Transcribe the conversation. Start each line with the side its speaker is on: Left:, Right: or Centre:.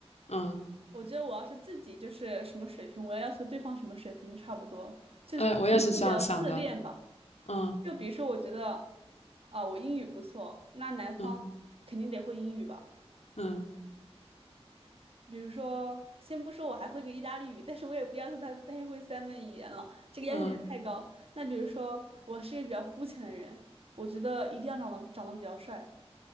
Left: 嗯，
Right: 我觉得我要是自己就是什么水平，我要要求对方什么水平就差不多，就是可能会比较自恋吧。
Left: 哎，我也是这样想的。嗯
Right: 就比如说，我觉得啊，我英语不错，那男方肯定得会英语吧。
Left: 嗯嗯
Right: 比如说，先不说我还会个意大利语，但是我也不要求他太会三门语言了，这个要求有点太高了那比如说，
Left: 嗯
Right: 我是一个比较肤浅的人，我觉得一定要长得长得比较帅，